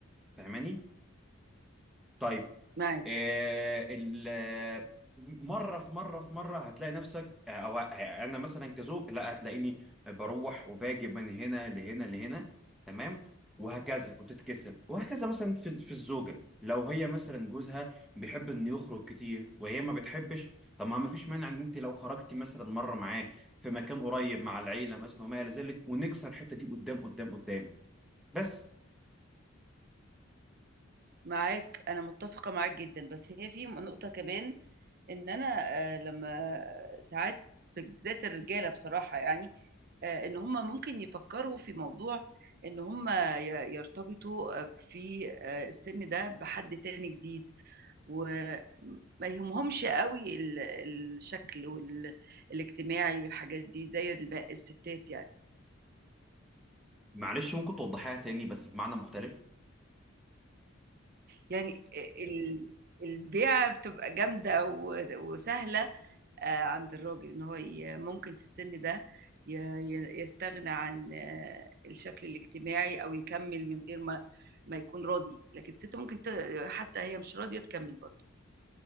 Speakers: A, in the centre; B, on the right.
A: فاهماني؟ طيب
B: معاك،
A: آه، ال آه، مره في مره في مره هتلاقي نفسك آه، او آه، انا مثلا كزوج لا هتلاقيني بروح وباجي من هنا لهنا لهنا تمام وهكذا وتتكسب وهكذا مثلا في في الزوجه لو هي مثلا جوزها بيحب انه يخرج كتير وهي ما بتحبش طب ما فيش مانع ان انت لو خرجتي مثلا مره معاه في مكان قريب مع العيله مثلا وما الى ذلك ونكسر الحته دي قدام قدام قدام بس
B: معاك، أنا متّفقة معاك جدًا، بس هي في م نقطة كمان إن أنا آآ، لمّا ساعات بالذات الرجالة بصراحة يعني، آآ، إن هُم ممكن يفكّروا في موضوع إن هُم ي يرتبطوا آه، في آآ، السن ده بحد تاني جديد، وما يهمهمش أوي ال الشكل وال الاجتماعي والحاجات دي زي الب الستات يعني.
A: معلش ممكن توضحيها تاني بس بمعنى مختلف
B: يعني آآ ال البيعة بتبقى جامدة و وسهلة آآ عند الراجل، إن هو ي ممكن في السن ده ي ي يستغنى عن آه، الشكل الاجتماعي أو يكمّل من غير ما ما يكون راضي، لكن الست ممكن ت حتى هي مش راضية تكمّل برضه.